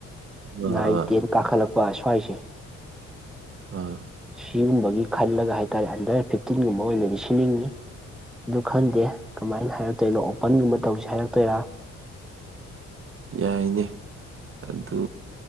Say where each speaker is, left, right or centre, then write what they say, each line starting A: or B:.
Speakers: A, on the right; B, in the centre.
A: ꯑꯥ
B: ꯅꯏꯟ
A: ꯑꯥ
B: ꯇꯦꯟ ꯄꯥꯈꯂ ꯄ ꯁꯋꯥ ꯍꯥꯏꯁꯦ
A: ꯑꯣꯥ
B: ꯁꯤꯒꯨꯝꯕꯒꯤ ꯈꯜꯂꯒ ꯍꯥꯏꯇꯥꯔꯦ ꯑꯟꯗꯔ ꯐꯤꯞꯇꯤꯟꯒꯨꯝꯕ ꯑꯣꯏꯅꯗꯤ ꯁꯤꯅꯤꯡꯉꯤ ꯑꯗꯨ ꯈꯟꯗꯦ ꯀꯃꯥꯏꯅ ꯍꯥꯏꯔꯛꯇꯣꯏꯅꯣ ꯑꯣꯄꯟꯒꯨꯝꯕ ꯇꯧꯁꯤꯦ ꯍꯥꯏꯔꯛꯇꯣꯏꯔꯥ
A: ꯌꯥꯏꯅꯦ ꯑꯗꯨ